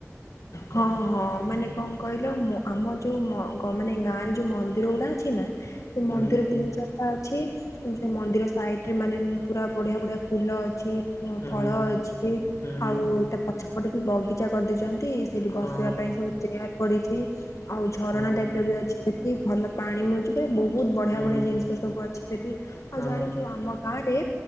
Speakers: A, on the left (about 85°); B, on the left (about 60°).
A: ହଁ ହଁ ମାନେ କଣ କହିଲ ମୋ ଆମ ଯୋଉ ମ ଗ ମାନେ ଗାଁ ରେ ଯୋଉ ମ ମନ୍ଦିର ଗୁଡା ଅଛି ନା ସେ
B: ହୁଁ
A: ମନ୍ଦିର ତିନି ଚାରିଟା ଅଛି ଉଁ <unintelligible> ସେ ମନ୍ଦିର ସାଇଟିରେ ମାନେ ପୁରା ବଢିଆ ବଢିଆ ଫୁଲ ଅଛି ଉଁ
B: ହୁଁ
A: ଫଳ ଅଛି।
B: ହୁଁ
A: ଆଉ ତା ପଛ ପଟେ ବି ବଗିଚା କରିଦେଇଚନ୍ତି। ସେଇଠି ବସିବା
B: ହଁ
A: ପାଇଁ ସବୁ ଚେୟାର ପଡିଚି। ଆଉ ଝରଣା
B: ହୁଁ
A: ଟାଇପର ବି ଅଛି ସେଠି ଭଲ ପାଣି ମିଳୁଚି। ରେ ବୋହୁତ ବଢିଆ
B: ହୁଁ
A: ବଢିଆ ଜିନିଷ ସବୁ ଅଛି ସେଠି ଆଉ
B: ହଁ
A: ଜାଣିଛୁ ଆମ ଗାଁ ରେ